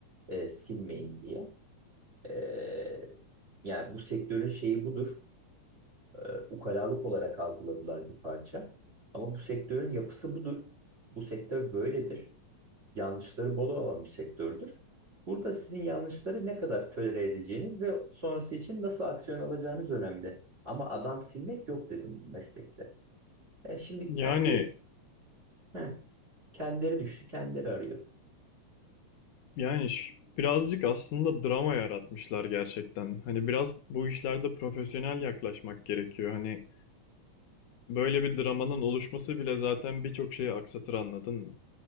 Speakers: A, on the right; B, on the left.
A: e, silmeyin diye. E, yani bu sektörün şeyi budur. E, ukalalık olarak algıladılar bir parça. Ama bu sektörün yapısı budur. Bu sektör böyledir. Yanlışları bol olan bir sektördür. Burada sizin yanlışları ne kadar tolere edeceğiniz ve sonrası için nasıl aksiyon alacağınız önemli. Ama adam silmek yok dedim meslekte. E şimdi
B: Yani
A: kendi heh, kendileri düştü, kendileri arıyor.
B: yani ş- birazcık aslında drama yaratmışlar gerçekten. Hani biraz bu işlerde profesyonel yaklaşmak gerekiyor. Hani Böyle bir dramanın oluşması bile zaten birçok şeyi aksatır anladın mı?